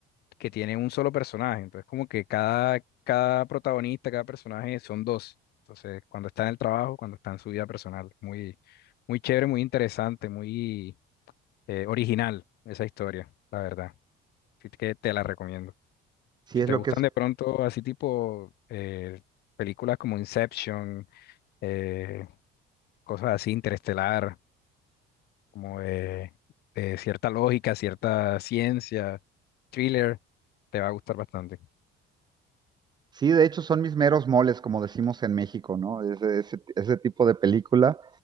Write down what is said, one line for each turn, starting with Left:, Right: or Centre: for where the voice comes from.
Left: que tiene un solo personaje. Entonces, como que cada, cada protagonista, cada personaje son dos. Entonces, cuando está en el trabajo, cuando está en su vida personal. Muy, muy chévere, muy interesante, muy eh, original esa historia, la verdad. Así que te la recomiendo.
Right: Sí,
Left: Si
Right: es
Left: te
Right: lo
Left: gustan
Right: que es.
Left: de pronto así tipo eh, películas como Inception, eh, cosas así, interestelar, como de, de cierta lógica, cierta ciencia, thriller, te va a gustar bastante.
Right: Sí, de hecho son mis meros moles, como decimos en México, ¿no? Ese, ese, ese tipo de película